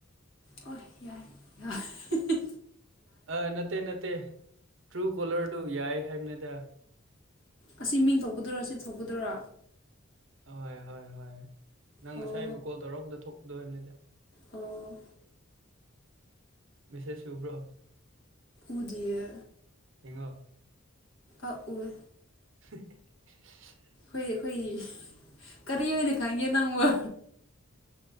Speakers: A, on the left; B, on the right.
A: ꯑꯣ ꯌꯥꯏ ꯌꯥꯏ ꯍꯤꯍꯤ
B: ꯑꯥ ꯅꯠꯇꯦ ꯅꯠꯇꯦ ꯇ꯭ꯔꯨ ꯀꯣꯂꯔꯗꯨ ꯌꯥꯏ ꯍꯥꯏꯕꯅꯤꯗ
A: ꯑꯁꯤ ꯃꯤꯡ ꯊꯧꯛꯄꯗꯨꯔꯣ ꯁꯤ ꯊꯧꯛꯄꯗꯨꯔ
B: ꯍꯣꯏ ꯍꯣꯏ ꯍꯣꯏ ꯅꯪ
A: ꯑꯣ
B: ꯉꯁꯥꯏꯕꯨ ꯀꯣꯜ ꯇꯧꯔꯛꯄꯗ ꯊꯣꯛꯄꯗꯣ ꯍꯥꯏꯕꯅꯤꯗ
A: ꯑꯣ
B: ꯃꯦꯁꯦꯁ ꯎꯕ꯭ꯔꯣ
A: ꯎꯗꯤꯌꯦ
B: ꯌꯦꯡꯉꯣ
A: ꯑꯞ ꯎꯏ
B: ꯍꯤꯍꯤꯍꯤꯍꯤ
A: ꯑꯩꯈꯣꯏ ꯑꯩꯈꯣꯏꯒꯤ ꯀꯔꯤ ꯑꯣꯏꯅ ꯈꯟꯒꯦ ꯅꯪꯕꯨ